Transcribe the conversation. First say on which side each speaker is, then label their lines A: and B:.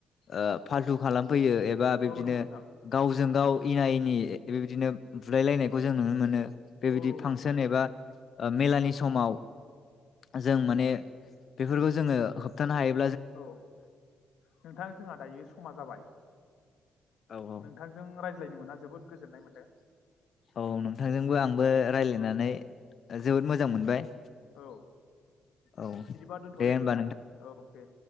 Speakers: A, on the left (about 55°); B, on the left (about 75°).
A: ओ फाल्थु खालाम फैयो एबा बिदिनो
B: औ नंगौ नोंथां
A: गावजों गावजों गाव एना एनि बेबायदिनो बुलायलायनायखौ जों नुनो मोनो बेबायदि
B: औ औ
A: फांसन
B: नंगौ नोंथां
A: एबा ओ मेलानि समाव जों माने बेफोरखौ जोङो होबथानो हायो।
B: औ नोंथां जोंहा दायो समा जाबाय
A: औ औ
B: नोंथांजों राय रायज्लायनो मोना जोबोद गोजोननाय मोन्दों।
A: औ नोंथांजोंबो आंबो रायज्लायनानै
B: औ
A: जोबोद मोजां। मोजां मोनबाय।
B: औ
A: औ
B: बिदिबा दोनथ'लायनोसै
A: दे होनबा
B: नोंथां औ दे।